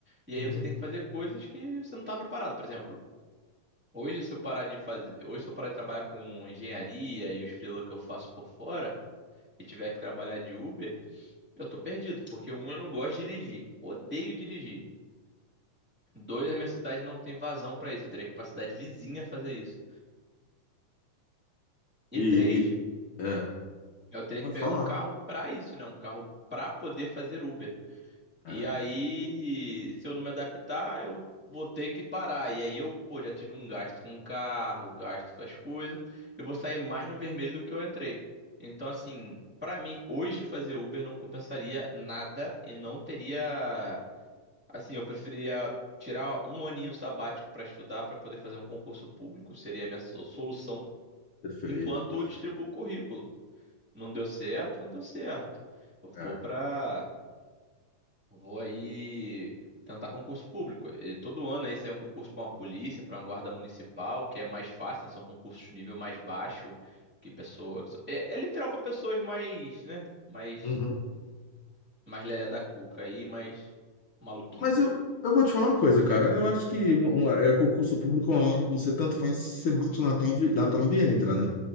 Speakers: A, in the centre; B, on the left (about 85°).
A: E aí
B: Uhum.
A: você tem que fazer coisas que você não está preparado. Por exemplo, hoje se eu parar de fazer, hoje se eu parar de trabalhar com engenharia e os freela que eu faço por fora e tiver que trabalhar de Uber, eu tô perdido, porque um, eu não gosto de dirigir, odeio dirigir. Dois, a minha cidade não tem vazão para isso, eu teria que ir para cidade vizinha fazer isso. E
B: E,
A: três,
B: e- é,
A: Eu teria
B: pode
A: que pegar
B: falar.
A: um carro pra isso, né? Um carro pra poder fazer Uber.
B: É,
A: E aí, se eu não me adaptar, eu vou ter que parar. E aí eu, pô, já tive um gasto com o carro, gasto com as coisas. Eu vou sair mais no vermelho do que eu entrei. Então, assim, pra mim, hoje fazer Uber não compensaria nada e não teria. Assim, eu preferiria tirar um aninho sabático pra estudar, pra poder fazer um concurso público, seria a minha so- solução,
B: perfeito,
A: enquanto
B: perfeito.
A: eu distribuo o currículo. Não deu certo, não deu certo. Vou
B: É.
A: pra. Vou aí tentar concurso público. E todo ano aí sai um concurso para uma polícia, para uma guarda municipal, que é mais fácil, né? São concursos de nível mais baixo que pessoas. É, é literal para pessoas mais, né? Mais,
B: Uhum.
A: mais lelé da cuca aí, mais maluquinho.
B: Mas eu, eu vou te falar uma coisa, cara. Eu acho que um- um- é, concurso público, uma hora você tanto faz, você bate na trave, na trave e entra, né?